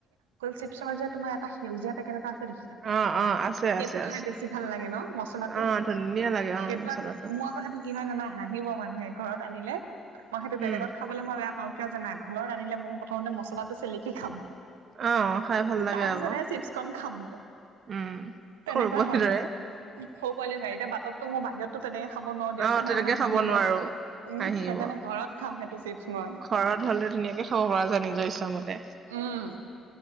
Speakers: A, on the right (about 85°); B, on the right (about 55°).
A: চিপচৰ যে তোমাৰ এটা সেউজীয়া পেকেট এটা আছে দে
B: অ অ আছে
A: সেইটো
B: আছে
A: খাই
B: আছে
A: বেছি ভাল লাগে ন মচলাটো
B: অ ধুনীয়া লাগে অ
A: সেইটো
B: মচলাটো
A: মো আক সেইটো, কিহয় জানা হাঁহিব মানুহে ঘৰত আনিলে মই সেইটো বেলেগত
B: উম
A: খাব মই বেয়া পাওঁ কিয় জানা ঘৰত আনিলে মই প্ৰথমতে মছলাটো চেলেকি খাম।
B: অ', খাই ভাল লাগে
A: তাৰপিছত
B: আকৌ,
A: চিপচখন খাম।
B: উম
A: তেনেকুৱা
B: সৰুবৰ
A: হয়
B: দৰে।
A: সৰু পোৱালি এতিয়া বাটত, মোৰ বাহিৰটো তেনেকে খাব নোৱাৰো দিয়াচোন
B: অ', তেনেকে
A: মানুহে
B: খাব
A: হাঁহিব
B: নোৱাৰো,
A: উম
B: হাঁহিব।
A: সেইকাৰণে ঘৰত, খাম সেইটো চিপছ মই।
B: ঘৰত হলে ধুনীয়াকে খাব পৰা যায় নিজৰ ইচ্ছামতে।
A: উম